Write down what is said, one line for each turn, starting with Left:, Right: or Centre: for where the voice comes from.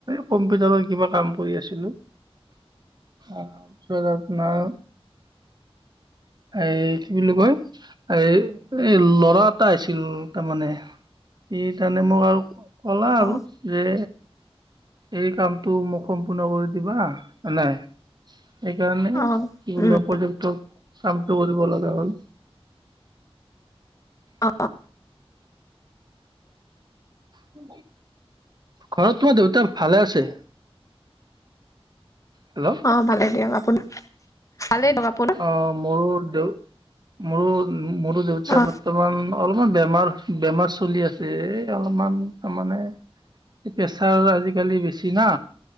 Right: কম্পিউটাৰৰ কিবা কাম কৰি আছিলো অ পিছত আপোনাৰ এই কি বুলি কয় এ এ লৰা এটা আছিল তাৰমানে ই তাৰমানে মোক আৰু কলা আৰু
Left: অ
Right: যে এই কামটো মোক সম্পূৰ্ণ কৰি দিবা নাই সেইকাৰণে
Left: অ
Right: এইবিলা
Left: উম
Right: পৰ্যটক কামটো কৰিব লগা হল
Left: অ
Right: উ ঘৰত তোমাৰ দেউতা ভালে আছে। হেল্ল'
Left: অ ভালে দিয়ক আপোনাৰ। ভালেই দিয়ক আপোনাৰ
Right: অ মোৰ দু মোৰ মৰু দেউটা
Left: অ
Right: বৰ্তমান অলপমান বেমাৰ বেমাৰ চলি আছে এই অলপমান তাৰ মানে প্ৰেছাৰ আজিকালি বেছি না।